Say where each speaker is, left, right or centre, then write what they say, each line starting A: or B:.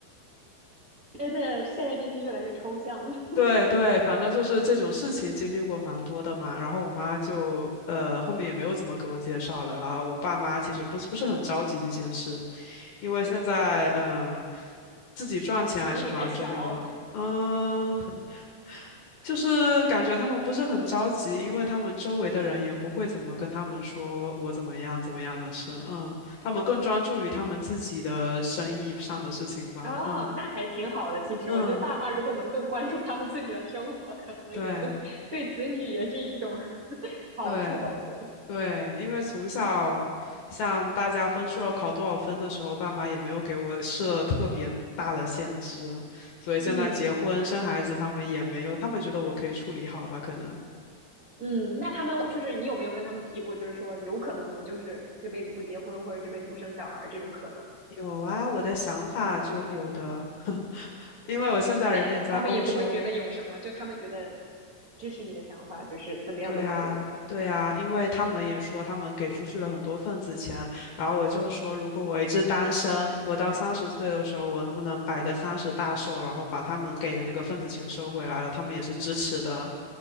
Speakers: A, on the right; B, on the left.
A: 真的，现在真是越来越抽象了。<laughs>
B: 对对，反正就是这种事情经历过蛮多的嘛。然后我妈就呃后面也没有怎么给我介绍了。然后我爸妈其实不是不是很着急这件事，因为现在嗯、呃自己赚钱还是蛮重要的。
A: 可能你还小，
B: 嗯、<laughs> 就是感觉他们不是很着急，因为他们周围的人也不会怎么跟他们说我怎么样怎么样的事。嗯，他们更专注于他们自己的生意上的事情吧。
A: 嗯，哦，
B: 嗯
A: 那还挺好的。其实，
B: 嗯，
A: 我觉得爸妈如果能更关注他们自己的生活，可能也会
B: 对
A: <laughs> 对子女也是一种 <laughs> 好处吧。
B: 对。
A: 我觉得，
B: 对，因为从小像大家分数要考多少分的时候，爸妈也没有给我设特别大的限制，所以现在结婚生孩子，
A: 嗯。
B: 他们也没有，他们觉得我可以处理好吧？可能
A: 嗯，那他们就是你有没有跟他们提过，就是说有可能我就是这辈子不结婚或者这辈子不生小孩儿这种可能，
B: 有啊，我的想法就有的，<laughs> 因为我现在人也在欧洲，
A: 但他们也不会觉得有什么，就他们觉得支持你的想法，就是怎么样都可以。
B: 对啊，对啊，因为他们也说他们给出去了很多份子钱，然后我就说，如果我一直单身，我到三十岁的时候，我能不能摆个三十大寿，然后把他们给的那个份子钱收回来了？他们也是支持的。